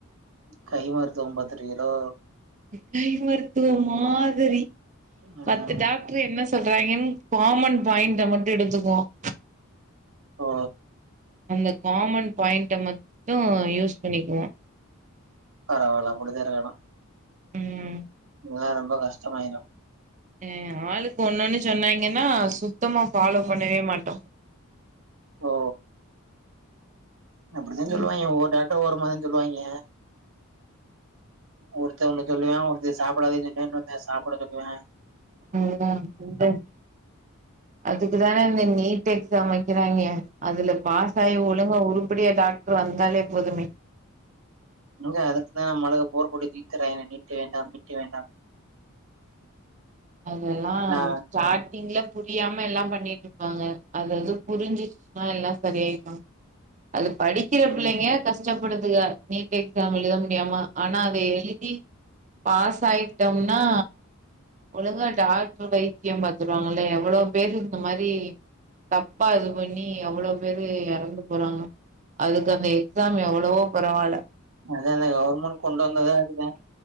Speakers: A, on the right (about 70°); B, on the right (about 35°).
A: கை மருத்துவம்பத்து ருக்கிலோ
B: கை மருத்துவ மாரி
A: ம்
B: பத்து டாக்டர் என்ன செ சொல்றாங்கன்னு காமன் பாயிண்ட மட்டும் எடுத்துக்குவோம்
A: ஹ
B: அந்த காமன் பாயிண்ட மட்டும் யூஸ் பண்ணிக்குவோம்
A: பரவாயில்லா அப்படித இருக்கனும்
B: உம்
A: ஆஹ ரெம்போ கஸ்ட மாயிரும்
B: அஹ ஆளுக்கு ஒண்ணொன்னு சொன்னாங்கன்னா சுத்தமா ஃபாலோ பண்ணவே மாட்டோம்
A: ஓ அப்படித சொல்லுவாங்க
B: ம்
A: ஒவ்வொரு டக் ஒரு மாரிதம் சொல்லுவாங்க ஒருத்த ஒண்ணு சொல்லுவன் ஒருத்த சாப்பிடாதுனு சாப்பிட சொல்லுவன்
B: உஹம் அதுக்குதானே இந்த நீட வைக்கிறாங்க அதுல பாசாயி ஒழுங்க ஒரு அப்புடியா டாக்டர் வந்தாலே போதுமே
A: இங்க அதுக்கு தான் நம்ம ஆளுக போர் கொடி துக்கறேன் என்னை நீட்டு வேண்டாம் நீட்டு வேண்டாம்
B: அதெல்லாம்
A: நா
B: ஸார் நீங்கள புரியாம எல்லாம் பண்ணிட்டு இருப்பாங்க அதாவது புரிஞ்சிச்சுன்னா எல்லாம் சரியாயிருவாங்க அது படிக்கிற
A: ம்
B: பிள்ளைங்க கஷ்டப் ப்படுதுக்க நீட் எக்ஸாம் எழுத முடியாம ஆனா அத எழுதி பாஸ் ஆயிட்டோம்னா ஒழுங்கா டாக்டர் வைத்தியம் பாத்துருவாங்க எவ்வளோ பேரு இந்த மாதிரி தப்பா இது பண்ணி எவ்வளோ பேரு இறந்து போறாங்க அதுக்கு அந்த எக்ஸாம் எவ்வளவோ பரவாயில்ல
A: அதல்ல கவுர்மெண்ட் கொண்டு வந்தது அதுதான்